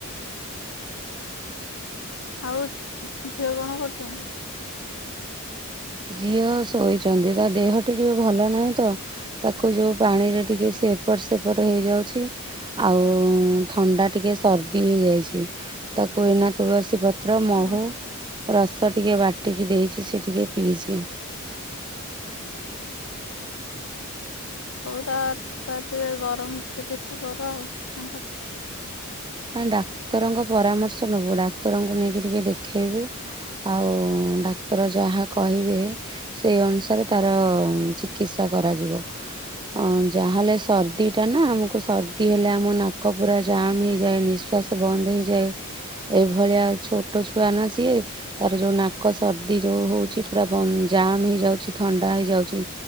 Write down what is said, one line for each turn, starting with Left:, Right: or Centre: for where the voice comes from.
Left: ଆଉ ଝିଅ କଣ କରୁଛନ୍ତି?
Right: ଝିଅ ଶୋଇଛନ୍ତି ତା ଦେହ ଟିକେ ଭଲ ନାହିଁ ତ ତାକୁ ଯୋଉ ପାଣିରେ ଟିକେସେ ଏପଟ ସେପଟ ହେଇଯାଉଛି ଆଉ ଥଣ୍ଡା ଟିକେ ସର୍ଦି ହେଇଯାଇଛି ତାକୁ ଏନା ତୁଳସୀ ପ ପତ୍ର ମହୁ
Left: ହଁ
Right: ରସ ଟିକେ ବାଟିକି ଦେଇଛି ସେ ଟିକେ ପିଇଛି।
Left: <inaudible> ହଉ ତ ତାର ଟିକେ ଗରମ ଚିକିତ୍ସା କର ଆଉ ତାଙ୍କର
Right: ନାଁ ଡାକ୍ତରଙ୍କ ପରାମର୍ଶ ନେବୁ ଡାକ୍ତରଙ୍କୁ ନେଇକି ଟିକେ ଦେଖେଇବୁ? ଆଉ ଡାକ୍ତର ଯାହା କହିବେ ସେହି ଅନୁସାରେ ତାର ଚିକିତ୍ସା କରାଯିବ। ଆ ଯାହାହେଲେ ସର୍ଦି ଟାନା ଆମକୁ ସର୍ଦି ହେଲେ ଆମ ନାକ ପୁରା ଜାମ୍ ହେଇ ଯାଏ ନିଶ୍ୱାସ ବନ୍ଦ ହେଇଯାଏ ଏଭଳିଆ ଛୋଟ ଛୁଆ ନାଁ ସିଏ ତାର ଯୋଉ ନାକ ସର୍ଦ୍ଦି ଯୋଉ ହଉଛି ପୁରା ଜାମ୍ ହେଇଯାଉଛି ଥଣ୍ଡା ହେଇଯାଉଛି।